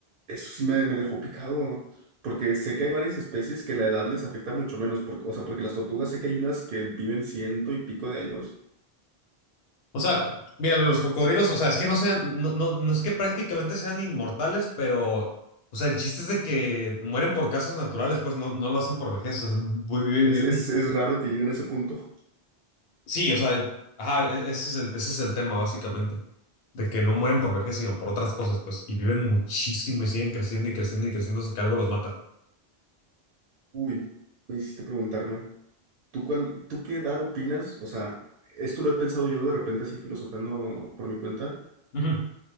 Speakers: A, on the right (about 65°); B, on the left (about 75°).
A: Eso sí me, me dejó picado, porque sé que hay varias especies que la edad les afecta mucho menos, porque, o sea, porque las tortugas sé que hay unas que viven ciento y pico de años.
B: O sea, mira, los cocodrilos, o sea, es que no sean, no, no, no es que prácticamente sean inmortales, pero, o sea, el chiste es de que mueren por causas naturales, pues no, no lo hacen por vejez, o sea, vi- vi-
A: Es,
B: viven,
A: es, es raro que lleguen a ese punto.
B: Sí, o sea, ajá, e- ese es el, ese es el tema básicamente, de que no mueren por vejez, sino por otras cosas, pues, y viven muchísimo y siguen creciendo y creciendo y creciendo hasta que algo los mata.
A: Uy, me hiciste preguntarme. ¿Tú, cuál, tú qué edad opinas? O sea, esto lo he pensado yo de repente así filosofando por mi cuenta.
B: Ujú.